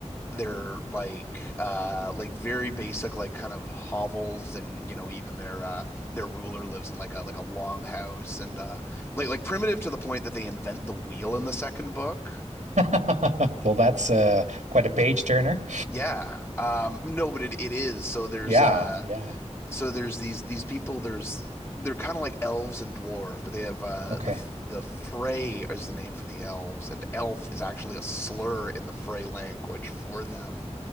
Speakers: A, on the left; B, on the right.
A: their like uh like very basic like kind of hovels and you know even their uh their ruler lives in like a like a long house and uh like like primitive to the point that they invent the wheel in the second book.
B: <laughs> Well, that's uh, quite a page turner.
A: Yeah. Um no but it, it is. So there's
B: Yeah,
A: uh
B: yeah.
A: so there's these these people there's they're kind of like elves and dwarves but they have uh
B: Okay.
A: the f- the Frey is the name for the elves and elf is actually a slur in the Frey language for them.